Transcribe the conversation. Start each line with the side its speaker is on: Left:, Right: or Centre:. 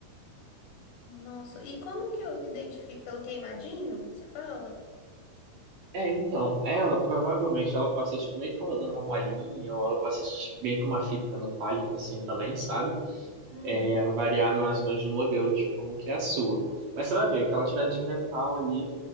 Left: nossa, e como que eu identifico pelo queimadinho? Você fala?
Right: É, então, ela provavelmente ela pode ser tipo meio com uma molinha, ou ela pode ser tipo, meio com uma fita metálica assim também, sabe?
Left: Hum,
Right: É, vai variar mais ou menos do modelo de como que é a sua. Mas você vai ver que ela tiver de metal ali,